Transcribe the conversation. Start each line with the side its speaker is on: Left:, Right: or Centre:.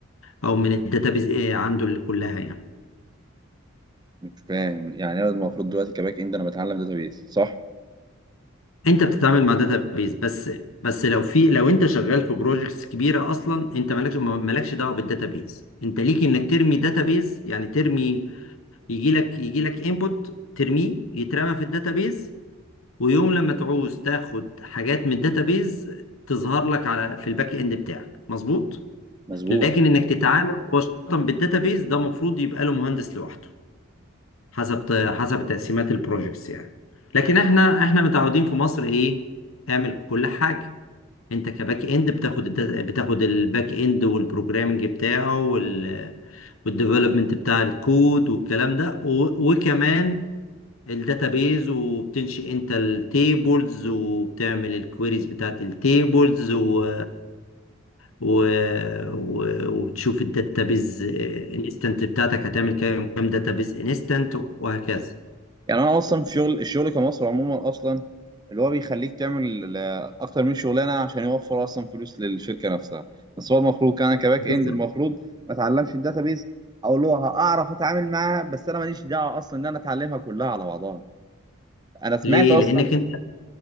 Left: او من الداتابيز ايه عنده اللي كلها يعني
Right: مش فاهم يعني انا المفروض دلوقتي كباك اند انا بتعلم داتابيس صح
Left: انت بتتعامل مع داتا بيز بس بس لو في لو انت شغال في بروجكتس كبيره اصلا انت مالكش مالكش دعوه بالداتا بيز انت ليك انك ترمي داتا بيز يعني ترمي يجي لك يجي لك انبوت ترميه يترمى في الداتا بيز ويوم لما تعوز تاخد حاجات من الداتا بيز تظهر لك على في الباك اند بتاعك مظبوط
Right: مظبوط
Left: لكن انك تتعامل مباشره بالداتا بيز ده المفروض يبقى له مهندس لوحده حسب حسب تقسيمات البروجكتس يعني لكن احنا احنا متعودين في مصر ايه اعمل كل حاجه انت كباك اند بتاخد الداتا بتاخد الباك اند والبروجرامنج بتاعه وال والديفلوبمنت بتاع الكود والكلام ده و- وكمان الداتابيز وبتنشئ انت التيبلز وبتعمل الكويريز بتاعت التيبلز و... و... و... وبتشوف الداتابيز انستنت بتاعتك هتعمل كام كام داتابيز انستنت وهكذا
Right: يعني انا اصلا في شغل الشغل كمصر عموما اصلا اللي هو بيخليك تعمل آه، اكتر من شغلانه عشان يوفر اصلا فلوس للشركه نفسها بس هو المفروض كان انا كباك
Left: بالظبط
Right: اند المفروض ما اتعلمش الداتابيز او اللي هو هعرف اتعامل معاها بس انا ماليش دعوه اصلا ان انا اتعلمها كلها على بعضها انا سمعت
Left: ليه
Right: اصلا
Left: لانك انت